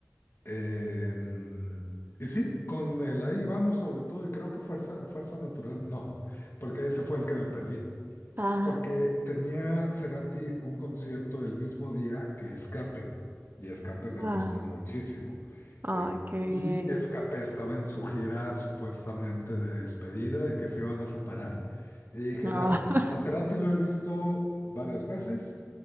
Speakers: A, on the left; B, on the right.
A: Em, y sí, con el ahí vamos sobre todo, y creo que fuerza, fuerza natural, no, porque ese fue el que me perdí,
B: Ah.
A: porque tenía Cerati un concierto el mismo día que Escape, y Escape me gusta
B: Ah,
A: muchísimo.
B: ay,
A: Este,
B: qué
A: y
B: bien.
A: Escape estaba en su gira supuestamente de despedida, de que se iban a separar, y dije,
B: Ah,
A: bueno, a Cerati lo he visto varias veces